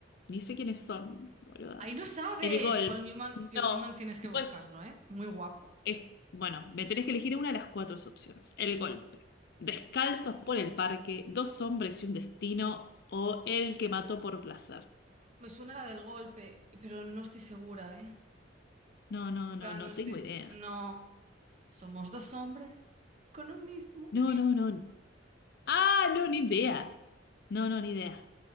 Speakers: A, on the left; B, on the right.
A: Ni sé quiénes son, boluda.
B: ahí no sabes.
A: El gol.
B: Paul Newman,
A: No.
B: Paul Newman tienes que buscarlo,
A: Pues
B: ¿eh? Muy guapo.
A: Es- bueno, me tenés que elegir una de las cuatro opciones. El golpe. Descalzos por el parque, dos hombres y un destino, o el que mató por placer.
B: Me suena la del golpe, pero no estoy segura, ¿eh?
A: No, no,
B: En
A: no,
B: plan,
A: no
B: no estoy.
A: tengo idea.
B: No. Somos dos hombres con un mismo.
A: No, no, no. Ah, no, ni idea. No, no, ni idea.